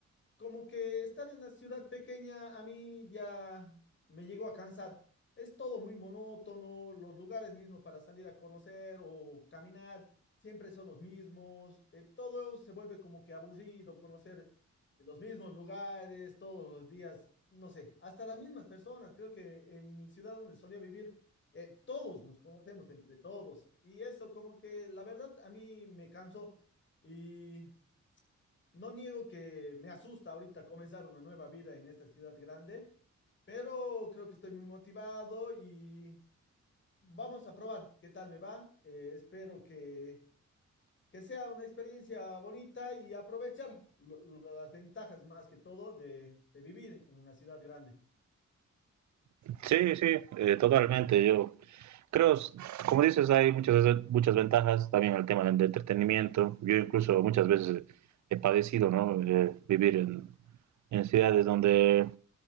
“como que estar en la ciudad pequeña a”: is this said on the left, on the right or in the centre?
Left